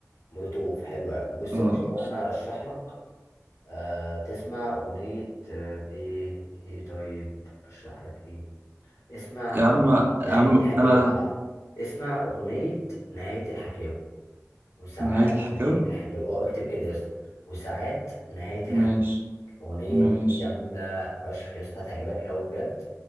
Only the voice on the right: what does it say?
اه
يا عم
يا
عم
أنا
نهاية الحكاوي
ماشي
ماشي